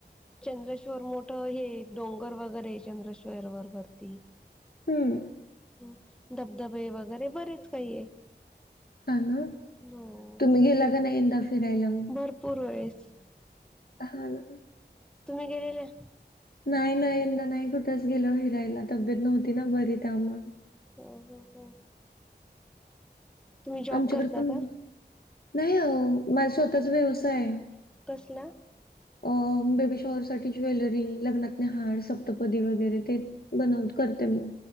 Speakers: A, in the centre; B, on the left.
A: चंद्रेश्वर मोठं हे डोंगर वगैरे चंद्रेश्वर वर वरती.
B: हम्म.
A: हम्म, धबधबे वगैरे बरेच काही आहे.
B: हा नं,
A: हो
B: तुम्ही गेला का नाही यंदा फिरायला? मग?
A: भरपूर वेळेस.
B: हां न.
A: तुम्ही गेलेले?
B: नाही नाही यंदा नाही कुठंच गेलो फिरायला, तब्येत नव्हती ना बरी त्यामुळं.
A: हो हो हो. तुम्ही जॉब
B: आमच्याकडे
A: करता
B: पण
A: का?
B: नाही आओ. माझा स्वतःचा व्यवसाय हाय.
A: कसला?
B: अ बेबी शॉवरसाठी ज्वेलरी, लग्नातने हार, सप्तपदी वगैरे ते बनवून करते मी.